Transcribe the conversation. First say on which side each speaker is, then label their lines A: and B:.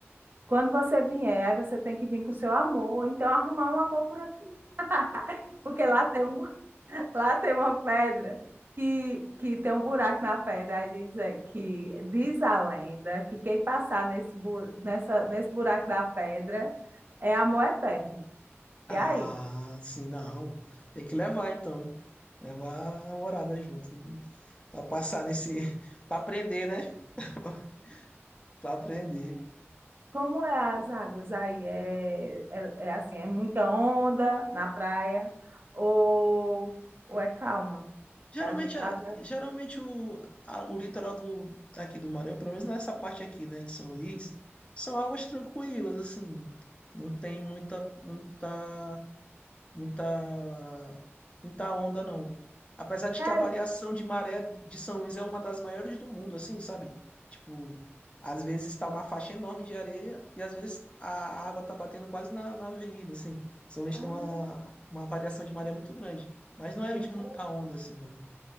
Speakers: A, on the right; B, on the left.
A: Quando você vier, aí você tem que vir com o seu amor, então arrumar um amor por aqui. Porque lá tem um, <laughs> lá tem uma pedra que, que tem um buraco na pedra. Aí diz é, que diz a lenda que quem passar nesse, bu- nessa, nesse buraco da pedra é amor eterno.
B: Ah,
A: E aí?
B: sim, não. Tem que levar então. Levar a namorada junto Pra passar nesse, <laughs> Pra aprender, né? <laughs> Pra aprender.
A: Como é as águas aí? É, é, é assim, é muita onda na praia ou, ou é calma?
B: Geralmente,
A: É agitado?
B: a- geralmente o, a- o litoral do aqui do Maranhão, pelo menos nessa parte aqui, né, de São Luís, são águas tranquilas, assim. Não tem muita, muita muita, muita onda, não. Apesar de
A: Ai,
B: que a variação de maré de São Luís é uma das maiores do mundo, assim, sabe? Tipo, às vezes está uma faixa enorme de areia e às vezes a água tá batendo quase na, na avenida, assim. São Luís
A: ah,
B: tem uma, uma variação de maré muito grande, mas não é
A: entendeu?
B: de muita onda, assim, não.